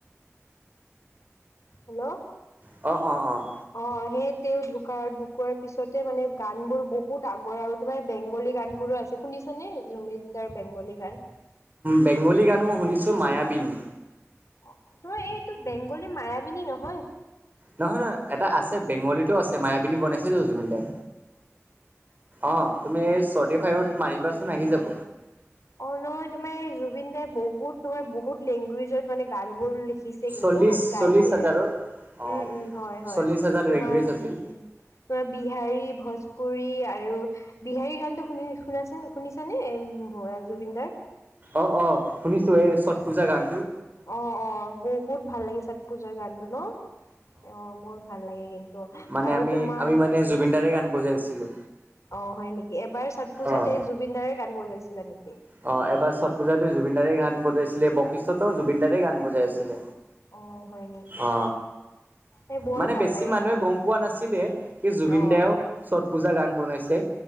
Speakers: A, on the left (about 85°); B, on the right (about 35°).
A: হেল্লো',
B: অঁ, অঁ, অঁ,
A: অ, সেই তেওঁ ঢুকা ঢুকোৱাৰ পিছতে মানে গান বোৰ বহুত বহুত আগৰ আৰু তোমাৰ বেংগলী গান বোৰো আছে শুনিছানে জুমিনদাৰ বেংগলী গান।
B: বেংগলী গান মই শুনিছোঁ মায়াবীনী।
A: অ, তোমাৰ এইটো বেংগলী মায়াবিনী নহয়
B: নহয় নহয় এটা আছে বেংগীতো আছে মায়াবিনী বনাইছে যে জুবিন দাই। অ, তুমি চৰ্টি ফাইত মাৰিবাচোন আহি যাব।
A: অ, নহয় তোমাৰ এই জুবিন দাই বহুত তোমাৰ বহুত লেংগুৱেজত মানে গান বোৰ লিখি শিকিছে কিন্তু
B: চল্লিশ
A: গাইছে।
B: চল্লিশ হাজাৰৰ
A: উম,
B: অ',
A: উম, হয়-হয়
B: চল্লিশ হাজাৰ
A: তোমাৰ
B: লেংগুৱেজ আছিল
A: উম, বিহাৰী ভোজপুৰী আৰু বিহাৰীৰ গানটো শুনি শুনাছে শুনিছানে জুবিনদাৰ।
B: অ, অ, শুনিছো এই ছট পূজা গান
A: অ, অ বহুত ভাল লাগে ছট পুজৰ গানটো ন অ, বহুত ভাল লাগে কিন্তু
B: মানে
A: আৰু
B: আমি
A: তোমাৰ
B: আমি মানে
A: উম,
B: জুবিন দাৰে গান বজাইছিলো
A: অ, হয় নেকি, এবাৰ ছট পূজাতে
B: অ'।
A: জুবিন দাৰে গান বজাইছিলা নেকি?
B: অ, এবাৰ ছট পূজাতো জুবিন দাৰেেই গান বজাইছিলে বৈশিষ্টতো জুবিন দাৰেই গান বজাই আছিলো।
A: অ হয় নেকি
B: অ,
A: এই বৰ
B: মানে
A: ভাল
B: বেছি
A: লাগে
B: মানুহে
A: কিন্তু
B: গম পোৱা নাছিলে। কি জুবিন
A: অ
B: দাও ছট পূজা গান বনাইছে